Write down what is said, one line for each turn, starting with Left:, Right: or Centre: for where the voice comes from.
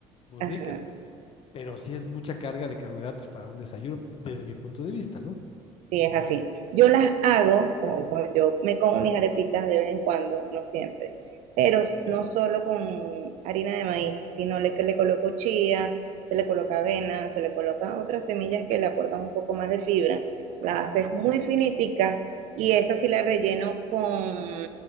Left: muy
Right: Ajá,
Left: ricas, pero sí es mucha carga de carbohidratos para un desayuno desde mi punto de vista, ¿no?
Right: sí, es así. Yo las hago, o- o yo me como mis arepitas de vez en cuando, no siempre, pero s- no solo con harina de maíz, sino le, que le coloco chía, se le coloca avena, se le coloca otras semillas que le aportan un poco más de fibra. La haces muy
Left: Ujú,
Right: finitica y esa sí la relleno con